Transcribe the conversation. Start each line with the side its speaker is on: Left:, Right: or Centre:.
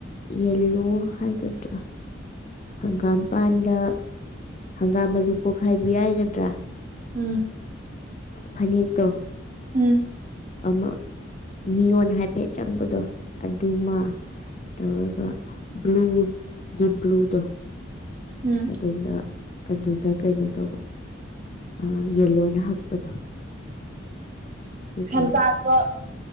Left: ꯌꯦꯜꯂꯣ ꯍꯥꯏꯒꯗ꯭ꯔ ꯍꯪꯒꯥꯝꯄꯥꯟꯗ ꯍꯪꯒꯥꯝ ꯃꯔꯨ ꯄꯣꯛꯈꯥꯏꯕ ꯍꯥꯏꯒꯗ꯭ꯔꯥ
Right: ꯎꯝ
Left: ꯐꯅꯦꯛꯇꯣ
Right: ꯎꯝ
Left: ꯑꯃ ꯅꯤꯌꯣꯟ ꯍꯥꯏꯐꯦꯠ ꯆꯪꯕꯗꯣ ꯑꯗꯨꯃ ꯇꯧꯔꯒ ꯕ꯭ꯂꯨ ꯗꯤꯞ ꯕ꯭ꯂꯨꯗꯣ
Right: ꯎꯝ
Left: ꯑꯗꯨꯅ ꯑꯗꯨꯗ ꯀꯩꯅꯣ ꯇꯧꯕ ꯑꯥ ꯌꯦꯜꯂꯣꯅ ꯍꯛꯄꯗꯣ ꯑꯗꯨ
Right: ꯈꯦꯝꯆꯥꯟꯗꯣ
Left: ꯇꯧꯔ